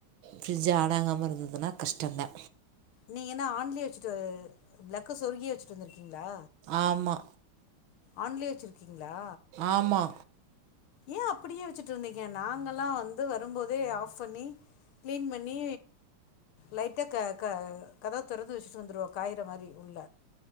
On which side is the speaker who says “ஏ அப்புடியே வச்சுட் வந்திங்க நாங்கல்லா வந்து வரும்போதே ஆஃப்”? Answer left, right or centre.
Left